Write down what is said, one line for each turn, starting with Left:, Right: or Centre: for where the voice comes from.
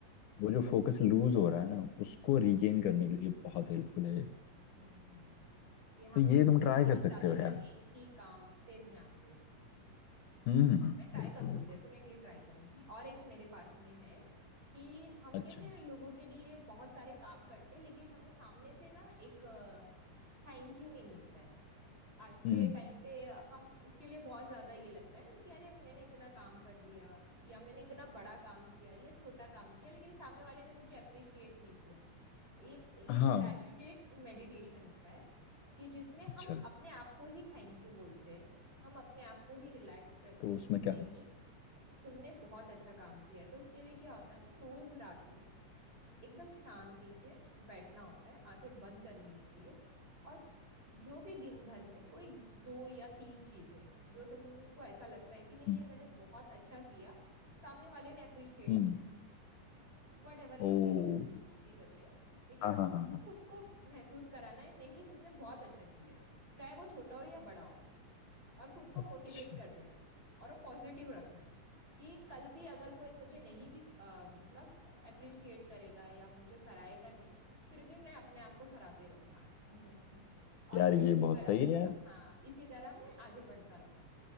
Left: वो जो फोकस लूज हो रहा है ना उसको
Right: हाँ
Left: रिगेन करने के लिए बहुत हेल्पफुल है ये
Right: हम्म हम्म, हम्म। कि हम
Left: तो ये
Right: फोकसली
Left: तुम ट्राई कर सकते
Right: ज्यादातर
Left: हो यार
Right: एक ही काम पे ध्यान दें
Left: हम्म
Right: मैं ट्राई
Left: बिल्कुल
Right: करूंगी
Left: बिल्कुल
Right: डेफिनेटली ट्राई करूंगी और एक मेरे पास में है कि हम
Left: अच्छा
Right: कैसे लोगों के लिए बहुत सारे काम करते हैं लेकिन हमें सामने से ना एक थैंक यू नहीं मिलता है आज
Left: हम्म
Right: के टाइम पे हम उसके लिए बहुत ज्यादा ये लगता है ना कि अरे मैंने इतना काम कर दिया या मैंने इतना बड़ा काम किया या छोटा काम किया लेकिन सामने वाले ने मुझे अप्रिशिएट नहीं किया ये ये
Left: हाँ
Right: ग्रेजुएटेड मेडिटेशन होता है कि जिसमें
Left: अच्छा
Right: हम अपने आप को ही थैंक यू बोलते हैं हम अपने आप को ही रिलैक्स करते
Left: तो
Right: हैं
Left: उसमें
Right: कि
Left: क्या
Right: नहीं तुमने बहुत अच्छा काम किया है तो उसके लिए क्या होता है ना रोज रात में एकदम शांति से बैठना होता है आंखें बंद करनी होती है और जो भी दिन भर में कोई दो या तीन चीजें जो तुमको ऐसा लगता है कि नहीं
Left: हम्म
Right: ये मैंने बहुत अच्छा किया सामने वाले ने अप्रिशिएट
Left: हम्म,
Right: नहीं किया वट एवर
Left: ओ
Right: जो भी रीजन जो भी वजह हो, लेकिन
Left: हाँ हाँ
Right: तुमको
Left: हाँ हाँ
Right: खुद को महसूस कराना है नहीं तुमने बहुत अच्छा किया है चाहे वो छोटा हो या बड़ा हो और खुद को
Left: अच्छा
Right: मोटिवेट कर देना है और वो पॉजिटिव रखना है कि कल भी अगर कोई मुझे नहीं भी अ, मतलब अप्रिशिएट करेगा या मुझे सराहेगा नहीं फिर भी मैं अपने आप को सराहते रहूंगा <laughs> और
Left: यार
Right: मैं
Left: ये
Right: इसी
Left: बहुत
Right: क-
Left: सही है यार
Right: हाँ इसी तरह मैं आगे बढ़ता रहूंगा